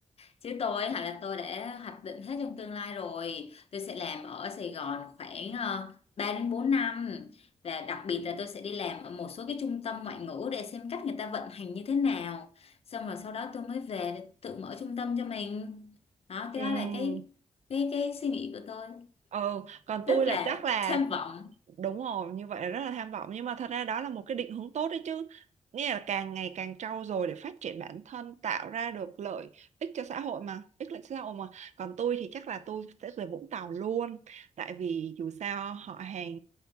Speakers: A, on the left; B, on the right.
A: Chứ tôi hả là tôi đã hoạch định hết trong tương lai rồi. Tôi sẽ làm ở Sài Gòn khoảng uh, 3 đến 4 năm. Và đặc biệt là tôi sẽ đi làm ở một số cái trung tâm ngoại ngữ để xem cách người ta vận hành như thế nào. Xong rồi sau đó tôi mới về để tự mở trung tâm cho mình. Đó, cái
B: Ừ.
A: đó là cái cái cái suy nghĩ của tôi.
B: ừ còn
A: Rất
B: tôi là
A: là
B: chắc là
A: tham vọng.
B: đúng rồi như vậy là rất là tham vọng nhưng mà thật ra đó là một cái định hướng tốt đấy chứ nghĩa là càng ngày càng trau dồi để phát triển bản thân tạo ra được lợi ích cho xã hội mà ích lợi cho xã hội mà còn tôi thì chắc là tôi sẽ về Vũng Tàu luôn tại vì dù sao họ hàng